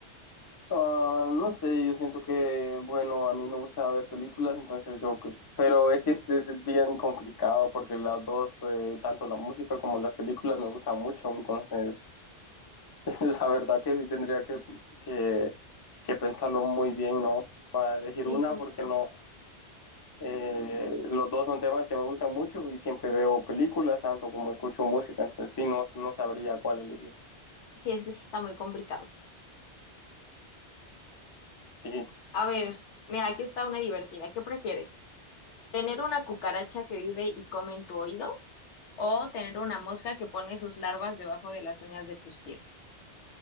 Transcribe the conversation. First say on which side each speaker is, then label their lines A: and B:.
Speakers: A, on the left; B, on the left.
A: ah, no sé, yo siento que, bueno, a mí me gusta ver películas, entonces yo, cre- pero es que es, es bien complicado porque las dos, eh, tanto la música como las películas me gustan mucho, entonces <laughs> la verdad que sí tendría que, que, que pensarlo muy bien, ¿no? Para elegir
B: Sí,
A: una,
B: justo.
A: porque no. Eh, los dos son temas que me gustan mucho y siempre veo películas, tanto como escucho música, entonces sí, no, no sabría cuál elegir.
B: Sí, es que sí está muy complicado.
A: Sí,
B: A ver, mira, aquí está una divertida. ¿Qué prefieres? ¿Tener una cucaracha que vive y come en tu oído? ¿O tener una mosca que pone sus larvas debajo de las uñas de tus pies?